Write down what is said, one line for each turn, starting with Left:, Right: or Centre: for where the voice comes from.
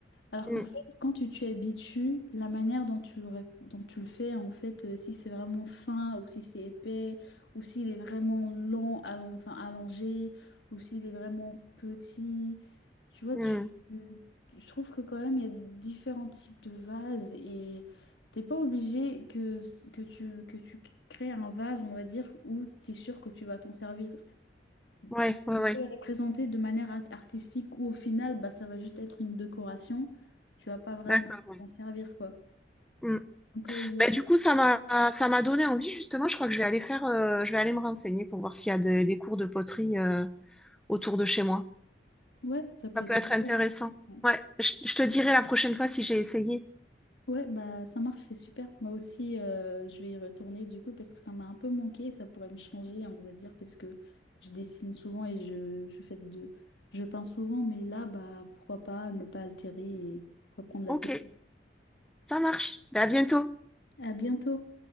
Left: Alors
Centre: Mm,
Left: qu'en fait, quand tu t'y habitues, la manière dont tu le, ré- dont tu le fais, en fait, euh, si c'est vraiment fin ou si c'est épais, ou s'il est vraiment lent, allon- enfin, allongé, ou s'il est vraiment petit, tu vois,
Centre: mm.
Left: tu, tu- je trouve que quand même, il y a différents types de vases et t'es pas obligé que, que tu, que tu crées un vase, on va dire, où tu es sûr que tu vas t'en servir
Centre: Ouais,
Left: tu-
Centre: ouais, ouais.
Left: et représenter de manière art- artistique ou au final, bah, ça va juste être une décoration. Tu vas pas vraiment
Centre: D'accord, ouais.
Left: t'en servir, quoi.
Centre: Mm.
Left: Donc, euh, il y a
Centre: Ben,
Left: plus...
Centre: du coup, ça m'a ça m'a donné envie, justement. Je crois que je vais aller faire. euh, Je vais aller me renseigner pour voir s'il y a des, des cours de poterie euh, autour de chez moi.
Left: Ouais, ça peut
Centre: Ça peut
Left: être
Centre: être
Left: super.
Centre: intéressant.
Left: Ouais,
Centre: Ouais, je, je te dirai la prochaine fois si j'ai essayé.
Left: Ouais, bah ça marche, c'est super. Moi aussi, euh, je vais y retourner du coup parce que ça m'a un peu manqué. Ça pourrait me changer, on va dire, parce que je dessine souvent et je, je fais de... Je peins souvent, mais là, bah pourquoi pas ne pas altérer et reprendre la
Centre: Ok,
Left: peau.
Centre: ça marche. Ben, à bientôt.
Left: À bientôt!